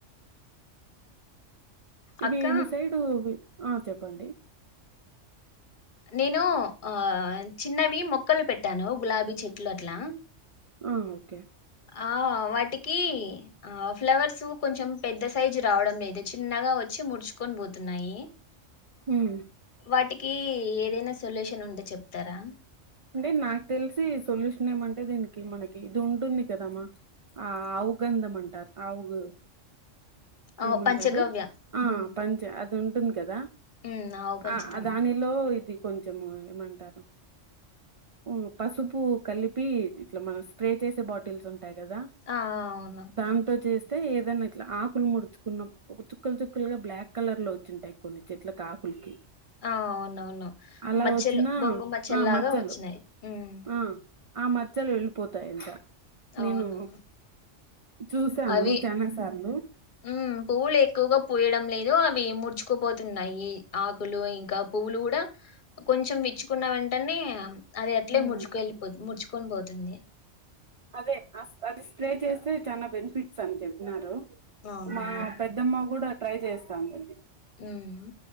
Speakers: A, on the right; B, on the left.
A: ఇవి
B: అక్క
A: మీ సైడువి ఆ చెప్పండి
B: నేను ఆ చిన్నవి మొక్కలు పెట్టాను గులాబీ చెట్లు అట్లా
A: ఆ ఓకే
B: ఆ వాటికి ఆ ఫ్లవర్స్ కొంచం పెద్ద సైజు రావడం లేదు, చిన్నగా వచ్చి ముడుచుకొని పోతున్నాయి.
A: హు
B: వాటికి ఏదైనా సొల్యూషన్ ఉంటే చెప్తారా
A: అంటే నాకు తెలిసి సొల్యూషన్ ఏమంటే దీనికి మనకి ఇది ఉంటుంది కాదమ్మా, ఆ ఆవు గంధం అంటారు ఆవు
B: ఆ
A: ఏమంటారు
B: పంచగవ్య
A: ఆ
B: మ్మ్
A: పంచ ఆత్ ఉంటుంద్ కదా
B: మ్మ్ ఆవు పంచితం
A: ఆ దానిలో ఇది కొంచం ఏమంటారు ఉ పసుపు కలిపి ఇట్లా మన స్ప్రే చేసే బాటిల్స్ ఉం టాయి కదా
B: ఆ అవును
A: తాంతో చే అయితే ఏదన్నా ఇట్లా ఆకులు ముడుచుకున్న, ఒక చుక్కలు చుక్కలుగా బ్లాక్ కలర్ లో వచ్చింటాయి కొన్ని చెట్లకుకి ఆకులకి
B: ఆ అవునవును
A: అలా
B: మచ్చలు
A: వచ్చిన
B: బొంగు మచ్చలాగా
A: ఆ మచ్చలు
B: వచ్చిన్ యి మ్
A: ఆ ఆ మచ్చలు వెళ్ళిపోతాయంట
B: అవును
A: నేను చూసాను
B: అవి
A: చానా సార్లు
B: హ్మ్ పువ్వులు ఎక్కువగా పూయడం లేదు అవ్ ముడ్చుకుపోతున్నాయి ఈ ఆకులు ఇంక పువ్వులు కూడ కొంచం విచ్చుకున్న వెంటనే అది అట్లే
A: ఉమ్
B: ముడ్చుకేలిపోద్ ముడుచు కొనిపోతుంది
A: అదే అస్ అది స్ప్రే చేస్తే చానా బెనిఫిట్స్ అని చెప్నారు
B: అవునవును
A: మా పెద్దమ్మా గూడ ట్రై చేస్తాంలెండి
B: హ్మ్